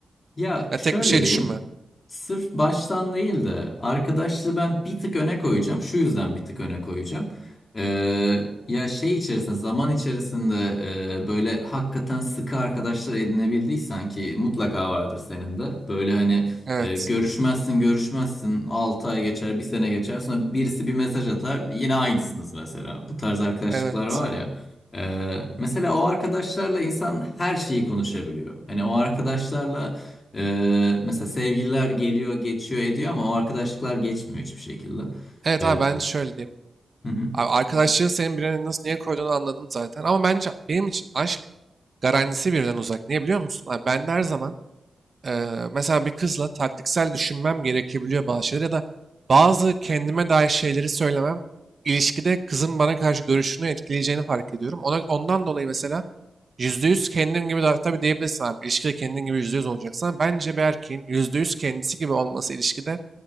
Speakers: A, on the left; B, on the right.
A: Ya
B: Ya
A: şöyle
B: tek bir şey
A: diyeyim.
B: düşünme.
A: Sırf baştan değil de arkadaşlığı ben bir tık öne koyacağım. Şu yüzden bir tık öne koyacağım. Ee, ya şey içerisinde zaman içerisinde e, böyle hakikaten sıkı arkadaşlar edinebildiysen ki mutlaka vardır senin de. Böyle hani
B: Evet.
A: e, görüşmezsin görüşmezsin 6 ay geçer bir sene geçer sonra birisi bir mesaj atar yine aynısınız mesela. Bu tarz arkadaşlıklar
B: Evet.
A: var ya. Ee, mesela o arkadaşlarla insan her şeyi konuşabiliyor. Hani o arkadaşlarla ee, mesela sevgililer geliyor, geçiyor, ediyor ama o arkadaşlıklar geçmiyor hiçbir şekilde.
B: Evet
A: Ee,
B: abi ben şöyle diyeyim.
A: hı hı.
B: Abi arkadaşlığın senin birine nasıl niye koyduğunu anladım zaten. Ama bence benim için aşk garantisi birden uzak. Niye biliyor musun? Abi ben de her zaman Eee, mesela bir kızla taktiksel düşünmem gerekebiliyor bazı şeyler ya da bazı kendime dair şeyleri söylemem ilişkide kızın bana karşı görüşünü etkileyeceğini fark ediyorum. Ona, ondan dolayı mesela %100 kendim gibi da, tabii diyebilirsin abi ilişkide kendin gibi %100 olacaksan bence bir erkeğin %100 kendisi gibi olması ilişkide